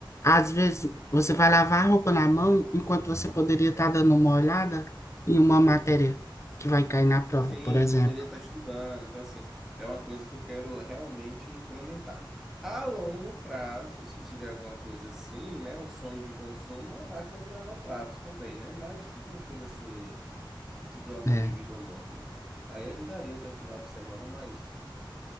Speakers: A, on the left; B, in the centre.
A: Às vezes você vai lavar a roupa na mão enquanto você poderia estar dando uma olhada em uma matéria que vai cair na prova,
B: Sim,
A: por exemplo.
B: poderia estar estudando. Então, assim, é uma coisa que eu quero realmente implementar. A longo prazo, se tiver alguma coisa assim, né? O sonho de consumo, a máquina de lavar pratos também, né? Mas não chega a ser situação
A: É,
B: de vida ou morte, não. Aí ajudaria a ter um final de semana mais